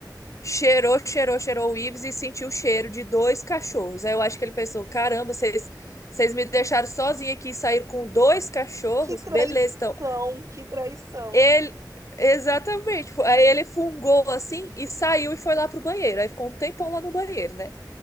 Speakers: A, on the left (about 45°); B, on the right (about 45°).
A: cheirou, cheirou, cheirou o Ives e sentiu o cheiro de dois cachorros. Aí eu acho que ele pensou: caramba, vocês. Vocês me deixaram sozinha aqui e saíram com dois cachorros?
B: Que traição,
A: Beleza, então
B: que traição.
A: ele, exatamente. Tipo, Aí ele fungou assim e saiu e foi lá pro banheiro. Aí ficou um tempão lá no banheiro, né?